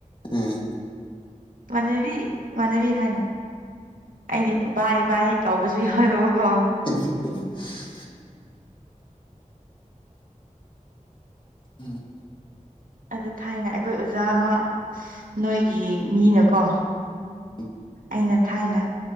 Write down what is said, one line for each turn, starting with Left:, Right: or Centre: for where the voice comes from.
Left: ꯎꯝ
Right: ꯃꯅꯕꯤ ꯃꯃꯅꯕꯤ ꯍꯥꯏꯅ ꯑꯩꯗꯤ ꯕꯥꯏ ꯕꯥꯏ ꯍꯦꯛ ꯀꯧꯕꯁꯨ ꯌꯥꯎꯋꯦꯕꯀꯣ
Left: <inaudible> ꯎꯝ
Right: ꯑꯗꯨ ꯊꯥꯏꯅ ꯑꯩꯈꯣꯏ ꯑꯣꯖꯥ ꯑꯃ ꯅꯣꯏꯒꯤ ꯃꯤꯅꯀꯣ
Left: ꯎ
Right: ꯑꯩꯅ ꯊꯥꯏꯅ